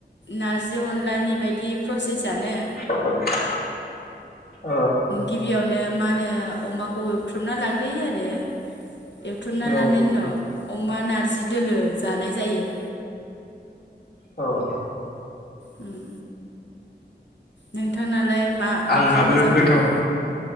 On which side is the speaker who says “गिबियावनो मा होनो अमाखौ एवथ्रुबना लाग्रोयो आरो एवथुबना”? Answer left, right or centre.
Left